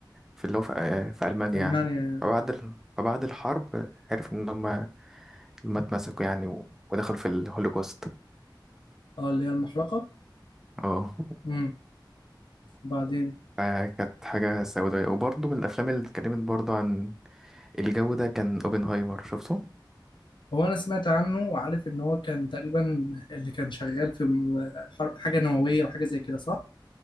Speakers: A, in the centre; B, on the left.
A: في اللي هو في, آه، في ألمانيا
B: في ألمانيا
A: يعني
B: يعني.
A: فبعد ال... فبعد الحرب آه، عرف إن هما هما اتمسكوا يعني و... ودخلوا في الهولوكوست
B: أه اللي هي المحرقة
A: اه
B: امم بعدين
A: فكانت حاجة سوداوية وبرضه من الأفلام اللي اتكلمت برضه عن الجو ده كان اوبنهايمر شفته
B: هو أنا سمعت عنه وعارف إن هو كان تقريبا اللي كان شغال في م- حر- حاجة نووية وحاجة زي كده صح؟